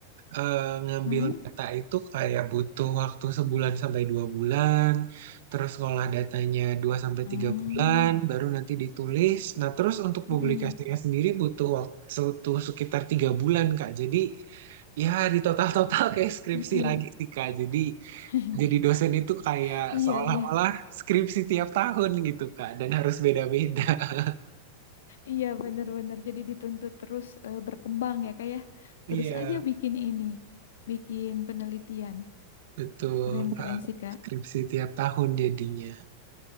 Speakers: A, on the right; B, on the left.
A: eh, ngambil
B: Mm-mm.
A: data itu kayak butuh waktu sebulan sampai dua bulan. Terus ngolah datanya dua sampai
B: Mm,
A: tiga bulan, baru nanti ditulis. Nah terus untuk
B: mm-mm,
A: publikasinya sendiri butuh waktu sekitar tiga bulan Kak. Jadi Ya, di total-total kayak skripsi
B: mm-mm.
A: lagi sih, Kak. Jadi,
B: <laughs>
A: jadi dosen itu kayak
B: Iya
A: seolah-olah
B: iya
A: skripsi tiap tahun gitu, Kak. Dan harus beda-beda. <laughs>
B: iya benar-benar. Jadi dituntut terus eh, berkembang ya Kak ya.
A: Iya,
B: Terus aja bikin ini, bikin penelitian.
A: betul,
B: Keren
A: Kak.
B: keren sih Kak.
A: Skripsi tiap tahun jadinya.